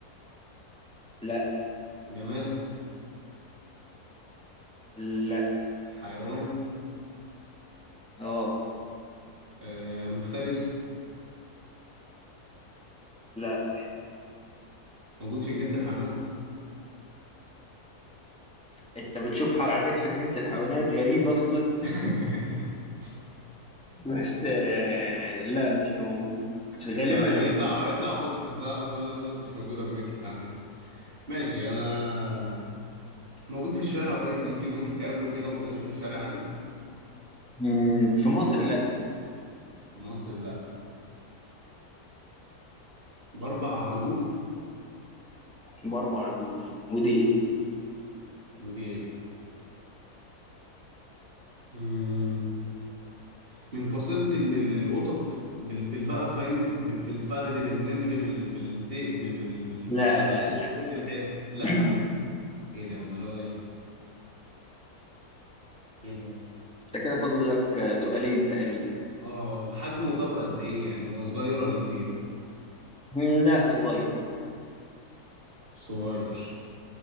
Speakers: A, in the centre; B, on the right (about 40°).
A: لا
B: جماد
A: لا
B: حيوان
A: اه
B: آه، مفترس
A: لا
B: موجود في جنينه الحيوانات
A: انت بتشوف حاجات في جنينة الحيوانات غريبة اصلا
B: <laughs>
A: بس آه... لا مش موجود
B: لا
A: غالبا يعني
B: هيطلع هيطلع قطة صح تقول لي قطط مش موجودة في جنينة الحيوانات ماشي أنا موجود في الشارع طيب ممكن ممكن تقابله كده وأنت ماشي في الشارع عادي
A: مم. في مصر لا
B: في مصر لا بأربع رجول
A: باربع رجول وديل
B: وديل مم. من فصيلة ال- ال- القطط بال- بالبقى فاهمني ب- بالفهد بالنمر بال- بالذئب بال- بالفهد
A: لا لا
B: في
A: لا
B: كل الحي لا
A: <clears throat>
B: ايه ده امال هو ايه ايه ده
A: انت كده فاضل لك آه، سؤالين تقريبا
B: اه حجمه طب قد ايه يعني هو صغير ولا كبير
A: مم، لا صغير
B: صغير